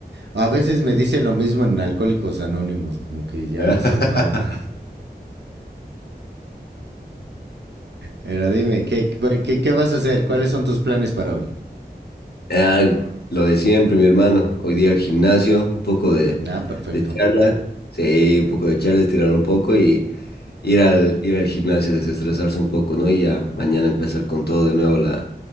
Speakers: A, on the right; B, on the left.
A: A veces me dicen lo mismo en Alcohólicos Anónimos, como que ya
B: <laughs>
A: les hago falta. Pero dime, ¿qué, qué, qué vas a hacer? ¿Cuáles son tus planes para hoy?
B: Ah, lo de siempre, mi hermano. Hoy día al gimnasio, un poco de,
A: Ah, perfecto.
B: de charla. Sí, un poco de charla, estirar un poco y ir al, ir al gimnasio, desestresarse un poco, ¿no? Y ya mañana empezar con todo de nuevo la,